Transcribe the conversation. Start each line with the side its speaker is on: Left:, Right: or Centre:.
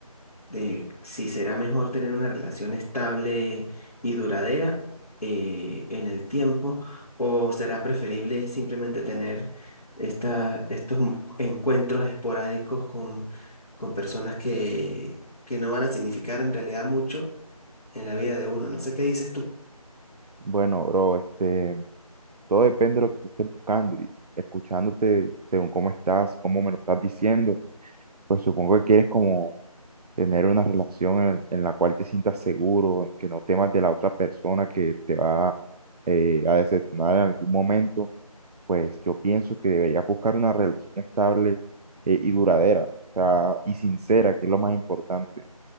Left: de si será mejor tener una relación estable y duradera eh, en el tiempo o será preferible simplemente tener esta, estos m- encuentros esporádicos con, con personas que, que no van a significar en realidad mucho en la vida de uno. No sé qué dices tú.
Right: Bueno, bro, este, todo depende de lo que tú estés buscando y escuchándote según cómo estás y cómo me lo estás diciendo, pues supongo que quieres como tener una relación en, en la cual te sientas seguro, en que no temas de la otra persona que te va eh, a decepcionar en algún momento, pues yo pienso que deberías buscar una relación estable eh, y duradera, o sea, y sincera, que es lo más importante.